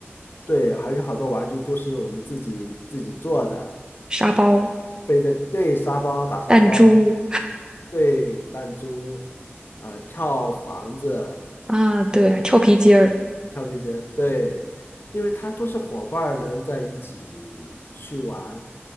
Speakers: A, on the left; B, on the right.
A: 对，还是好多玩具都是我们自己自己做的，
B: 沙包、
A: 背着对沙包打沙包，
B: 弹珠
A: 对弹珠，啊、跳房子，
B: 啊，对，跳皮筋儿，
A: 跳皮筋，对，因为它都是伙伴儿能在一起去玩。